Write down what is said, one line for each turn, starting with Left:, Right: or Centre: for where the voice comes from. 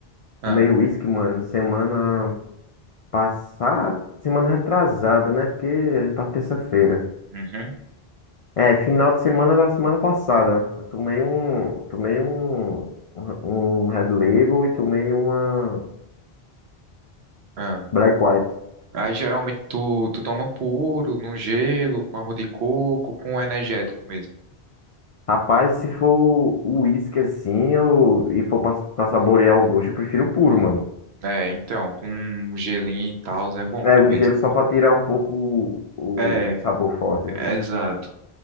Right: Ah,
Left: Tomei uísque, mano, semana passada. Semana retrasada, né? Porque a gente tá terça-feira.
Right: uhum,
Left: É, final de semana da semana passada. Eu tomei um, tomei um, um um Red Label e tomei uma
Right: ah.
Left: Black White.
Right: Aí geralmente tu, tu toma puro, no gelo, com água de coco, com energético mesmo.
Left: Rapaz, se for o uísque assim, eu, e for pra, pra saborear o gosto, eu prefiro o puro, mano.
Right: É, então, com um gelinho e tal, é bom
Left: É, um
Right: mesmo.
Left: gelo só pra tirar um pouco o,
Right: É,
Left: o sabor forte, né?
Right: exato.